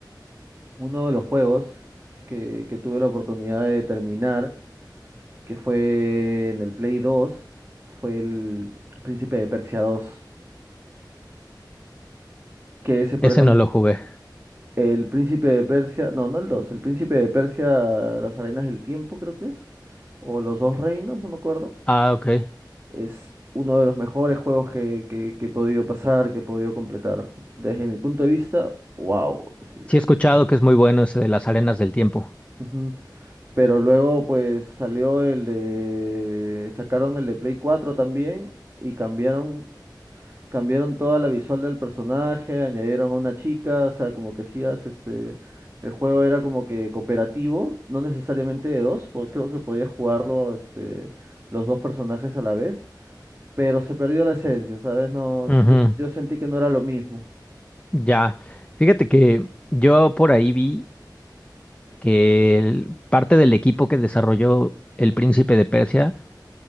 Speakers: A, on the right (about 35°); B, on the left (about 15°).
A: uno de los juegos que, que tuve la oportunidad de terminar que fue en el Play 2 fue el Príncipe de Persia dos Que ese, por
B: ese
A: ejemplo,
B: no lo jugué.
A: el Príncipe de Persia, no, no el dos el Príncipe de Persia, las Arenas del Tiempo creo que es, o los Dos Reinos, no me acuerdo.
B: Ah, ok.
A: Es uno de los mejores juegos que, que- que he podido pasar, que he podido completar. Desde mi punto de vista, wow. sí.
B: Sí he escuchado que es muy bueno ese de las arenas del tiempo.
A: Ujú. Pero luego pues salió el de... sacaron el de Play 4 también y cambiaron cambiaron toda la visual del personaje, añadieron a una chica, o sea, como que hacías este, el juego era como que cooperativo, no necesariamente de dos, porque creo que podías jugarlo este, los dos personajes a la vez, pero se perdió la esencia, ¿sabes? No,
B: Ujú,
A: yo, yo sentí que no era lo mismo.
B: Ya, fíjate que yo por ahí vi que el- parte del equipo que desarrolló El Príncipe de Persia